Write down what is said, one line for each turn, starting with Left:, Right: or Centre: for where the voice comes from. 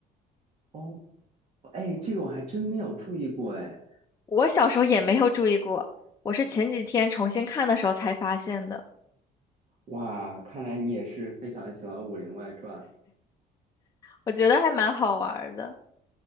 Right: 哦，哎，这个我还真没有注意过，哎，
Left: 我小时候也没有注意过，我是前几天重新看的时候才发现的，
Right: 哇，看来你也是非常喜欢《武林外传》。
Left: 我觉得还蛮好玩儿的。